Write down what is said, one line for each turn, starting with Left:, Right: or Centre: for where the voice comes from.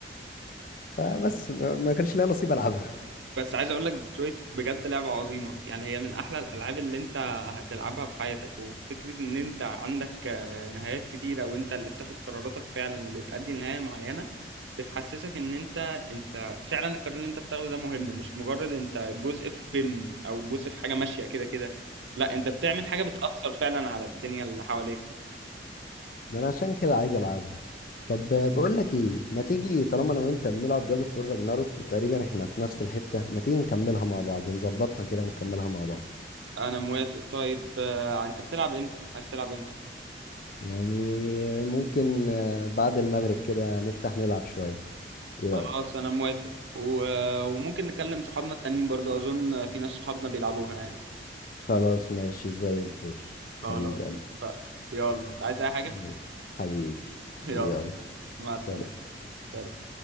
Left: فبس ما ما كانش ليا نصيب العبها
Right: بس عايز اقول لك ديترويت بجد لعبه عظيمه يعني هي من احلى الالعاب اللي انت هتلعبها في حياتك وفكره ان انت عندك آه، نهايات كتيره وانت اللي بتاخد قراراتك فعلا اللي تؤدي لنهايه معينه بتحسسك ان انت انت فعلا القرار اللي انت بتاخده ده مهم مش مجرد انت جزء في فيلم او جزء في حاجه ماشيه كده كده لا انت بتعمل حاجه بتاثر فعلا على الدنيا اللي حواليك
Left: ما انا عشان كده عايز العبها طب بقول لك ايه ما تيجي طالما انا وانت بنلعب جاد اوف وور راجناروك وتقريبا احنا في نفس الحتة ما تيجي نكملها مع بعض نظبطها كده ونكملها مع بعض
Right: انا موافق طيب آه، انت بتلعب امتى عايز تلعب امتى
Left: يعني ممكن آه، بعد المغرب كده نفتح نلعب شوية ايه رأيك
Right: خلاص انا موافق و... وممكن نكلم صحابنا التانيين برضو اظن في ناس صحابنا بيلعبوها يعني
Left: خلاص ماشي زي الفل
Right: خلاص
Left: حبيب قلبي
Right: ف... يلا انت عايز اي حاجة
Left: ماشي. حبيبي
Right: <laughs>
Left: يلا
Right: يلا مع السلامة
Left: سلام
Right: سلام